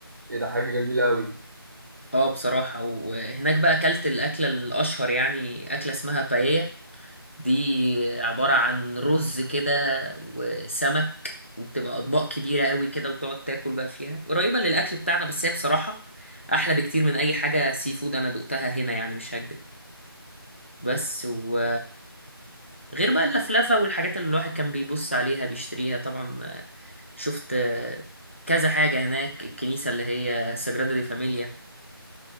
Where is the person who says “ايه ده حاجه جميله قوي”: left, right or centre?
Right